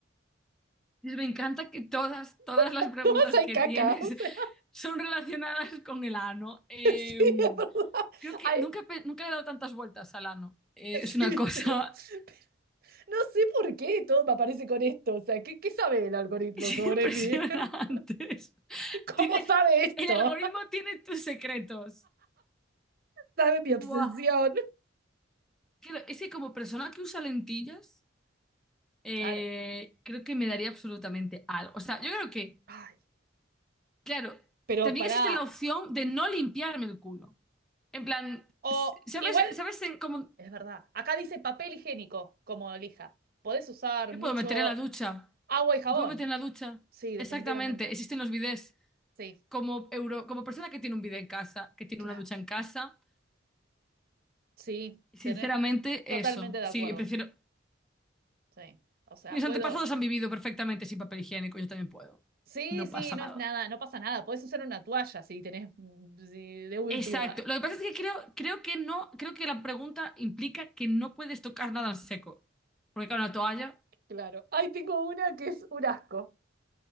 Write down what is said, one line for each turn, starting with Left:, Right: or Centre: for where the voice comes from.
Centre: Me encanta que todas, todas
Right: <laughs>
Centre: las preguntas
Right: No más hay
Centre: que
Right: caca,
Centre: tienes
Right: o sea,
Centre: <laughs> son relacionadas con el ano.
Right: <laughs>
Centre: Eh,
Right: sí, es verdad.
Centre: creo que
Right: Hay-
Centre: nunca, pe- nunca le he dado tantas vueltas al ano. Eh, es
Right: sí,
Centre: una cosa
Right: pero, pero no sé por qué todo me aparece con esto. O sea, ¿qué, qué sabe el algoritmo
Centre: <laughs> es
Right: sobre
Centre: impresionante.
Right: mí? <laughs> ¿Cómo
Centre: Tiene,
Right: sabe esto?
Centre: el algoritmo tiene tus secretos.
Right: <laughs> Sabe mi obsesión.
Centre: Buah. Creo- es que como persona que usa lentillas, eh,
Right: Claro.
Centre: creo que me daría absolutamente algo. O sea, yo creo que...
Right: Ay,
Centre: Claro,
Right: pero
Centre: también
Right: pará.
Centre: existe la opción de no limpiarme el culo. En plan,
Right: O
Centre: s- ¿sabes,
Right: igual,
Centre: sabes en cómo
Right: es verdad. Acá dice papel higiénico como lija. Podés usar
Centre: me
Right: mucho
Centre: puedo meter en la ducha?
Right: Agua y jabón.
Centre: ¿Me puedo meter en la ducha?
Right: Sí, definitivamente.
Centre: Exactamente, existen los bidés.
Right: Sí,
Centre: Como euro, como persona que tiene un bidé en casa, que tiene
Right: claro.
Centre: una ducha en casa,
Right: Sí,
Centre: sinceramente,
Right: tenés totalmente
Centre: eso.
Right: de
Centre: Sí,
Right: acuerdo.
Centre: prefiero.
Right: Sí. O sea,
Centre: Mis
Right: puedo.
Centre: antepasados han vivido perfectamente sin papel higiénico, yo también puedo.
Right: Sí,
Centre: No
Right: sí,
Centre: pasa
Right: no
Centre: nada.
Right: es nada, no pasa nada. Podés usar una toalla si tenés mm, sí, de última.
Centre: Exacto. Lo que pasa es que creo, creo que no, creo que la pregunta implica que no puedes tocar nada en seco. Porque claro, una toalla.
Right: Claro. Ay, tengo una que es un asco.